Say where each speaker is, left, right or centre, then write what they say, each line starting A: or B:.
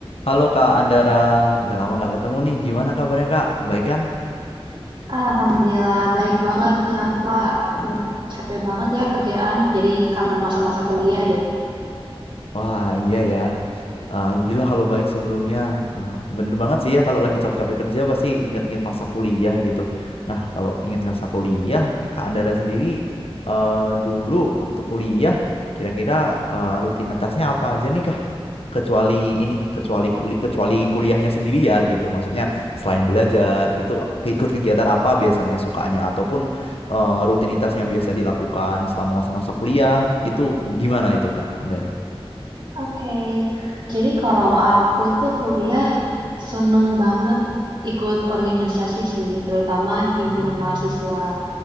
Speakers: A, on the left; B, on the right.
A: Halo Kak Andara, udah lama nggak ketemu nih. Gimana kabarnya Kak? Baik kan?
B: Alhamdulillah baik banget nih Alfa. Aduh, capek banget ya kerjaan. Jadi kangen masa-masa kuliah deh.
A: Wah iya ya. Eh, Alhamdulillah kalau baik sebelumnya. Ah, bener banget sih ya kalau lagi capek-capek kerja pasti ingat-ingat masa kuliah gitu. Nah kalau ingat masa kuliah, Kak Andara sendiri eh, dulu waktu kuliah kira-kira eh, rutinitasnya apa aja nih Kak? kecuali ini kecuali kuli, kecuali kuliahnya sendiri ya gitu maksudnya selain belajar itu ke- ikut kegiatan apa biasanya sukanya ataupun eh, rutinitas yang biasa dilakukan selama masa-masa kuliah itu gimana itu Kak Andara?
B: Oke. Jadi kalau aku tuh kuliah seneng banget ikut organisasi sih, terutama himpunan
A: Hmm.
B: mahasiswa.